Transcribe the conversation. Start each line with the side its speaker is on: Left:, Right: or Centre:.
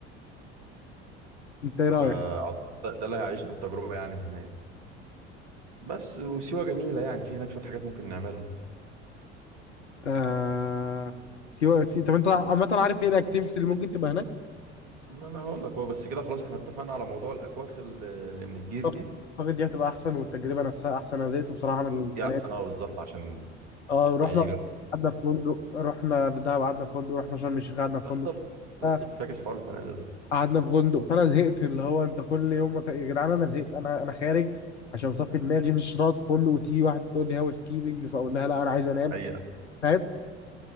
Left: انت ايه رايك
Right: فأعتقد ده ده اللي هيعيشنا التجربة يعني هناك بس وسيوة جميلة يعني في هناك شوية حاجات ممكن نعملها
Left: آه سيوة سي طب انت عامه عارف ايه الاكتيفيتيز اللي ممكن تبقى هناك
Right: ما أنا هقول لك هو بس كده خلاص احنا اتفقنا على موضوع الأكواخ ال- اللي من الجير
Left: طب
Right: دي
Left: اعتقد دي هتبقى احسن والتجربه نفسها احسن انا زهقت بصراحه من السنه
Right: دي أحسن
Left: دي
Right: أه بالظبط عشان
Left: اه رحنا
Right: نعيش جو
Left: قعدنا في فندق رحنا دهب قعدنا في فندق رحنا شرم الشيخ قعدنا
Right: بالظبط
Left: في فندق
Right: بالظبط
Left: آه،
Right: فاكس حوار الفنادق ده
Left: قعدنا في فندق فانا زهقت اللي هو انت كل يوم مت- يا جدعان انا زهقت انا انا خارج عشان اصفي دماغي مش راضي في فندق وتيجي واحده تقول لي هاوس كيبنج فاقول لها لا انا عايز انام
Right: دي حقيقة
Left: فاهم